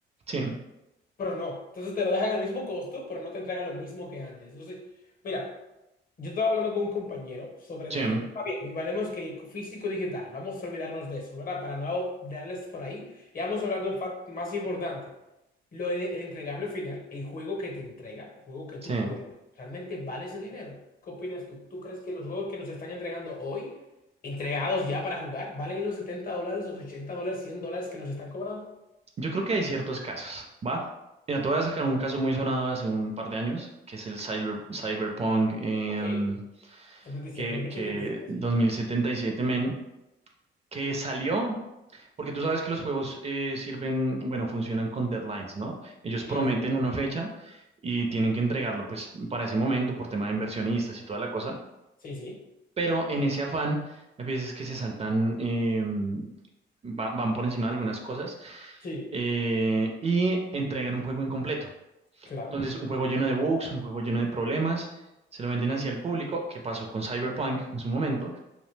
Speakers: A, on the right (about 30°); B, on the left (about 45°).
A: Sí,
B: Pero no. Entonces te lo dejan al mismo costo, pero no te entregan lo mismo que antes. Entonces, mira, yo estaba hablando con un compañero sobre
A: sí,
B: de, está bien, y valemos que físico digital, vamos a olvidarnos de eso, ¿verdad? Para no darles por ahí, y vamos a hablar de un fact más importante. Lo, el, el entregable final, el juego que te entrega, el juego que tú
A: sí.
B: juegas, ¿realmente vale ese dinero? ¿Qué opinas tú? ¿Tú crees que los juegos que nos están entregando hoy, entregados ya para jugar, valen los 70 dólares, los ochenta dólares, cien dólares que nos están cobrando?
A: Yo creo que hay ciertos casos, ¿va? Mira, te voy a sacar un caso muy sonado hace un par de años, que es el cyber, Cyberpunk em,
B: Ok, 77,
A: que,
B: 2077,
A: que 2077
B: sí.
A: men, que salió, porque tú sabes que los juegos eh, sirven, bueno, funcionan con deadlines, ¿no? Ellos prometen
B: Yes.
A: una fecha y tienen que entregarlo, pues, para ese momento, por tema de inversionistas y toda la cosa,
B: Sí, sí,
A: pero en ese afán, hay veces que se saltan, em, va- van por encima de algunas cosas
B: sí,
A: eh, y entregan un juego incompleto.
B: claro.
A: Entonces, un juego lleno de bugs, un juego lleno de problemas, se lo venden hacia el público, que pasó con Cyberpunk en su momento,